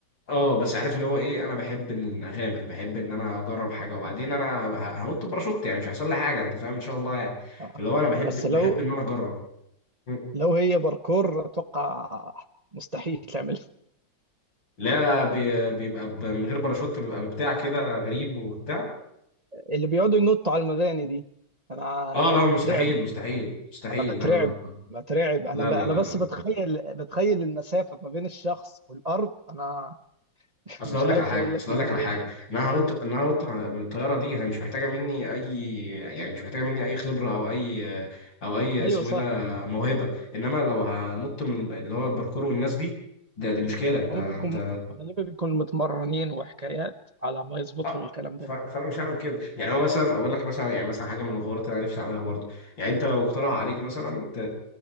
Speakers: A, on the left; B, on the right.
A: اه بس عارف اللي هو ايه انا بحب ان اغامر بحب ان انا اجرب حاجه وبعدين انا ه- هنط باراشوت يعني مش هيحصل لي حاجه انت فاهم ان شاء الله يعني
B: آه.
A: فاللي هو انا بحب
B: بس لو
A: بحب ان انا اجرب مم.
B: لو هي باركور اتوقع مستحيل تعملها
A: لا بي- بيبقى ب- من غير باراشوت بيبقى بتاع كده غريب وبتاع
B: اللي بيقعدوا ينطوا على المباني دي انا
A: اه لا
B: انا
A: مستحيل
B: بترعب
A: مستحيل مستحيل
B: انا بترعب
A: لا لا
B: بترعب انا
A: لا
B: ب...
A: لا
B: انا
A: لا لا
B: بس
A: لا
B: بتخيل بتخيل المسافه ما بين الشخص والارض انا <laughs>
A: اصل
B: مش
A: اقول
B: عارف
A: لك على حاجه
B: اقول
A: اصل
B: لك بيجي
A: اقول لك على
B: لي
A: حاجه
B: ايه
A: ان انا هنط ان انا هنط على- من الطياره دي هي مش محتاجه مني اي يعني مش محتاجه مني اي خبره او اي او اي
B: ايوه
A: اسمه
B: صح
A: ايه ده موهبه انما لو هنط من اللي هو الباركور والناس دي ده دي مشكله ده
B: هم بيكون
A: انت
B: غالبا بيكونوا متمرنين وحكايات على ما يظبطوا
A: اه
B: الكلام
A: ف-
B: ده
A: فانا مش هعمل كده يعني هو مثلا اقول لك مثلا يعني مثلا حاجه من الحوارات اللي انا نفسي اعملها برضه يعني انت لو اقترح عليك مثلا انت